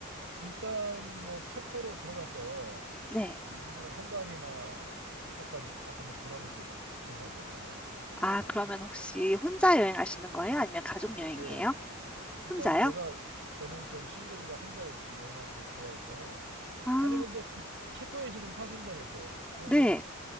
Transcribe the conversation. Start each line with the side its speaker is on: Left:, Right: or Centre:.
Right: 일단 뭐 체코로 들어가서
Centre: 네.
Right: 그 인근의 헝가리나 이쪽까지 싹 한번 돌아보고 있을 생각이에요.
Centre: 아, 그러면 혹시 혼자 여행하시는 거예요? 아니면 가족 여행이에요?
Right: 네. 일단
Centre: 혼자요?
Right: 제가 저는 저기 싱글이라 혼자 이렇게 여행하는 걸 좋아해서
Centre: 아,
Right: 아니 근데 드- 체코에 지금 사신다면서요. 그러면
Centre: 네.